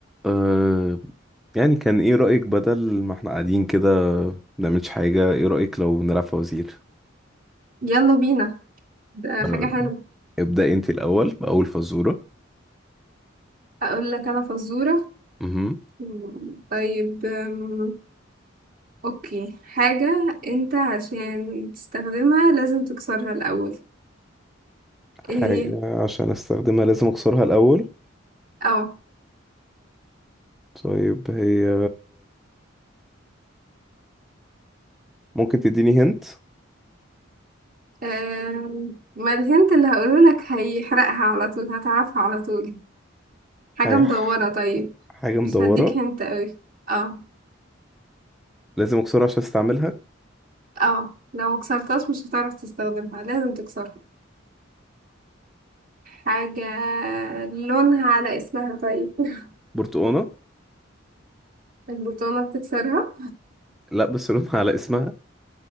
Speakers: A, in the centre; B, on the right.
A: أه يعني كان ايه رأيك بدل ما احنا قاعدين كده بنعملش حاجة ايه رأيك لو نلعب فوازير
B: يلا بينا ده
A: أه
B: حاجة حلوة
A: ابدأي انت الأول بأول فزورة
B: أقول لك أنا فزورة
A: مهم.
B: مم، طيب أم، أوكي حاجة أنت عشان تستخدمها لازم تكسرها الأول
A: حاجة
B: إيه هي؟
A: عشان استخدمها لازم اكسرها الاول
B: أه
A: طيب هي ممكن تديني هنت
B: أم، ما الهنت اللي هقوله لك هيحرقها على طول هتعرفها على طول حاجة
A: هي
B: مدورة
A: ح-
B: طيب
A: حاجة مدورة
B: مش هديك هنت أوي اه
A: لازم اكسرها عشان استعملها
B: اه لو مكسرتهاش مش هتعرف تستخدمها لازم تكسرها حاجة لونها على اسمها طيب <laughs>
A: برتقانة
B: البرتقالة بتكسرها
A: لا بس لونها على اسمها